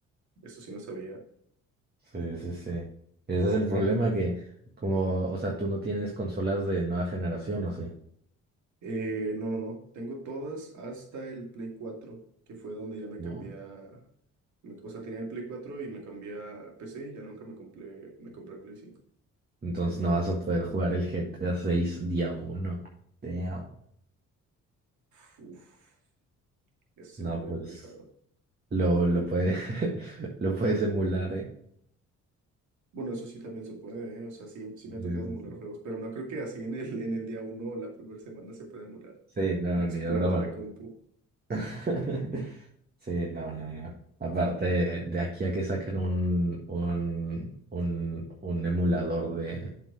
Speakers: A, on the right; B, on the right.
A: eso sí no sabía.
B: Sí, sí, sí. Ese es el problema que, como, o sea, tú no tienes consolas de nueva generación, ¿o sí?
A: Eh, no, no, no. Tengo todas hasta el Play 4 que fue donde ya me
B: No.
A: cambié a... me- O sea, tenía el Play 4 y me cambié a PC y ya nunca me compré, me compré el Play cinco
B: Entonces no vas a poder jugar el G T a 6 día uno. Damn.
A: Uf, uf, eso sí
B: No,
A: no lo había
B: pues
A: pensado.
B: lo, lo puede, <laughs> lo puedes emular, ¿eh?
A: Bueno, eso sí también se puede, ¿eh? O sea, sí, sí
B: Sí,
A: me ha tocado
B: sí,
A: emular
B: sí.
A: juegos, pero no creo que así en el, en el día uno o la primera semana se pueda emular.
B: Sí, no,
A: Me explota
B: ni de broma.
A: la compu.
B: <laughs> Sí, no, no, no. Aparte, de aquí a que saquen un, un, un, un emulador de,